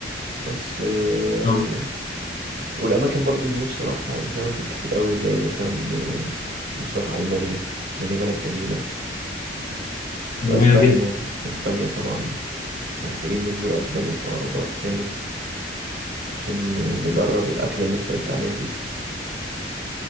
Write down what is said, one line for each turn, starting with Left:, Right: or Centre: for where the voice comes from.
Right: بس آه، يعني
Left: طب
Right: والأماكن برضو اللي نفسي أروحها يعني في أماكن كتير قوي زي مثلا آه، نفسي أروح ألمانيا ألمانيا بلد جميلة
Left: جميلة
Right: وأسبانيا
Left: جدا
Right: أسبانيا طبعا يعني محتاجين نزور أسبانيا في أقرب وقت تاني عشان آه، نجرب الأكلة اللي انت قلت عليها دي